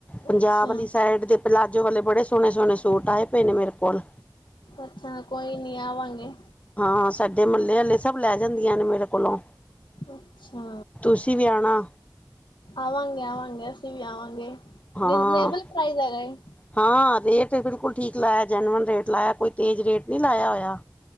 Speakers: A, on the left; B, on the left.
A: ਪੰਜਾਬ
B: ਅੱਛਾ।
A: ਵਾਲੀ ਸਾਈਡ ਦੇ ਪਲਾਜੋ ਵਾਲੇ ਬੜੇ ਸੋਹਣੇ- ਸੋਹਣੇ ਸੂਟ ਆਏ ਪਏ ਨੇ ਮੇਰੇ ਕੋਲ।
B: ਅੱਛਾ, ਕੋਈ ਨੀ ਆਵਾਂਗੇ।
A: ਹਾਂ- ਹਾਂ, ਸਾਡੇ ਮਹੱਲੇ ਆਲੇ ਸਭ ਲੈ ਜਾਂਦੀਆਂ ਨੇ ਮੇਰੇ ਕੋਲੋਂ।
B: ਅੱਛਾ,
A: ਤੁਸੀਂ ਵੀ ਆਣਾ
B: ਆਵਾਂਗੇ-ਆਵਾਂਗੇ ਅਸੀਂ ਵੀ ਆਵਾਂਗੇ।
A: ਹਾਂ
B: ਰੀਜਨੇਬਲ ਪ੍ਰਾਈਜ਼ ਹੈਗਾ ਈ।
A: ਹਾਂ, ਰੇਟ ਬਿਲਕੁਲ ਠੀਕ ਲਾਇਆ, ਜੈਨੂਅਨ ਰੇਟ ਲਾਇਆ। ਕੋਈ ਤੇਜ਼ ਰੇਟ ਨਹੀਂ ਲਾਇਆ ਹੋਇਆ।